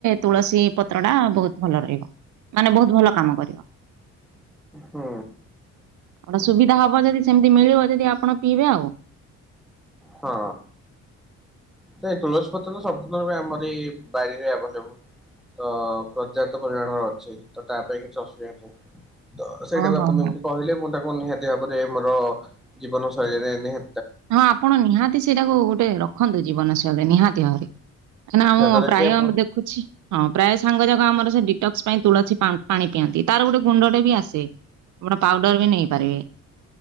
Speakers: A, on the right (about 70°); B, in the centre.
A: ତୁଳସୀ ପତ୍ର ଟା ବହୁତ ଭଲ ରହିବ ମାନେ ବହୁତ ଭଲ କାମ କରିବ।
B: ହୁଁ।
A: ଗୋଟେ ସୁବିଧା
B: ଠିକ
A: ହବ
B: କଥା
A: ଯଦି ସେମିତି ମିଳିବ ଯଦି ଆପଣ ପିଇବେ ଆଉ।
B: ହଁ ନାଇଁ ତୁଳସି ପ ସମ୍ପୂର୍ଣ ରୂପେ ଆମରି ବାରିରେ ଆଭେଲେବୁଲ ତ ପ୍ରଜା ପରିମାଣର ଅଛି ତ ତା ପାଇଁ କିଛି ଅସୁବିଧା ନାହିଁ। ତ ସେଇଟା
A: ହଁ
B: ବି ଆପଣ
A: ହଁ
B: ଯେମିତି
A: ହଁ।
B: କହିଲେ <unintelligible> ନିହାତି ଭାବରେ ମୋର ଜୀବନ ଶୈଳୀରେ ନିହା
A: ହଁ ଆପଣ ନିହାତି ସେଇଟାକୁ ଗୋଟେ ରଖନ୍ତୁ ଜୀବନ ଶୈଳିରେ ନିହାତି ଭାବରେ। କାହିଁକି ନା
B: ଯାହା
A: ମୁଁ
B: ଦ୍ଵାରା
A: ପ୍ରାୟ
B: କି ଆପଣ
A: ଦେଖୁଛି ହଁ ପ୍ରାୟ ସାଙ୍ଗ ଯାକ ଆମର ସେ ଡିଟ ସିପାଇଁ ତୁଳସୀ ପା ପାଣି ପିଆନ୍ତି ତାର ଗୋଟେ ଗୁଣ୍ଡ ଟେ ବି ଆସେ ବଡ ପାଉଡର ବି ନେଇପାରିବେ।